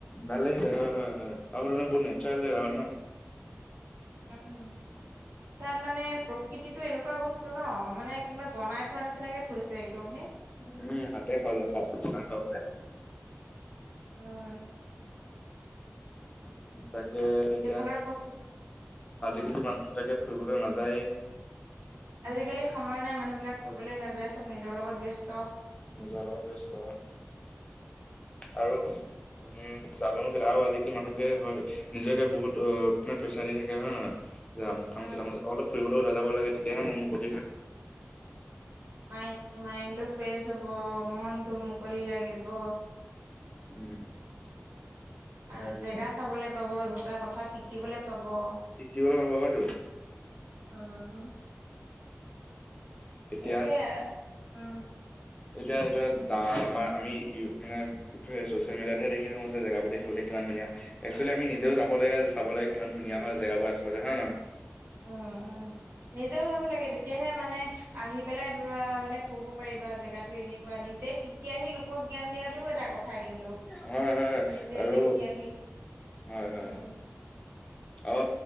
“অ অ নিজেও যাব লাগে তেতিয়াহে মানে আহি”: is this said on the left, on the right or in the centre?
Right